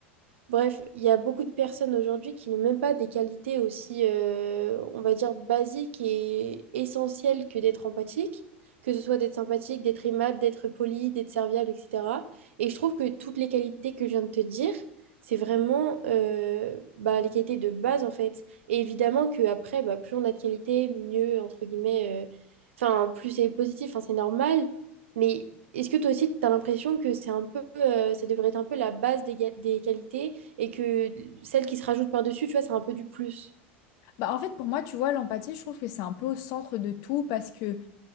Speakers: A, on the right; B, on the left.
A: Bref, il y a beaucoup de personnes aujourd'hui qui n'ont même pas des qualités aussi, euh, on va dire, basiques et essentielles que d'être empathique, que ce soit d'être sympathique, d'être aimable, d'être poli, d'être serviable, etc. Et je trouve que toutes les qualités que je viens de te dire, c'est vraiment euh, bah, les qualités de base, en fait. Et évidemment qu'après, bah, plus on a de qualités, mieux, entre guillemets, euh, enfin, plus c'est positif, enfin, c'est normal. Mais est-ce que toi aussi, tu as l'impression que c'est un peu, euh, ça devrait être un peu la base des, ga- des qualités? et que celle qui se rajoute par-dessus, tu vois, c'est un peu du plus.
B: Bah en fait pour moi tu vois l'empathie je trouve que c'est un peu au centre de tout parce que